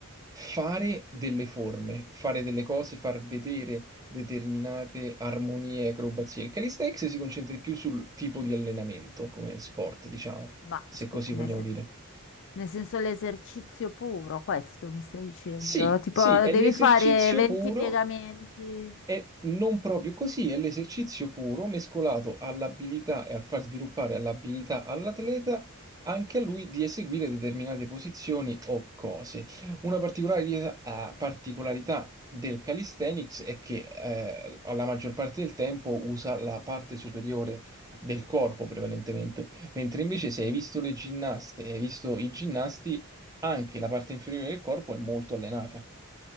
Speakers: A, on the right; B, on the left.
A: fare delle forme, fare delle cose, far vedere determinate armonie e acrobazie. Il calisthenics si concentra di più sul tipo di allenamento come sport, diciamo,
B: ma
A: se
B: scu-
A: così
B: nel,
A: vogliamo
B: sen-
A: dire.
B: nel senso l'esercizio puro, questo mi stai dicendo?
A: Sì,
B: Tipo,
A: sì, è
B: devi
A: l'esercizio
B: fare 20
A: puro,
B: piegamenti.
A: e non proprio così, è l'esercizio puro mescolato all'abilità e al far sviluppare all'abilità all'atleta anche a lui di eseguire determinate posizioni o cose. Una particolare eh, particolarità del calisthenics è che eh, alla maggior parte del tempo usa la parte superiore del corpo prevalentemente, mentre invece se hai visto le ginnaste, e hai visto i ginnasti anche la parte inferiore del corpo è molto allenata.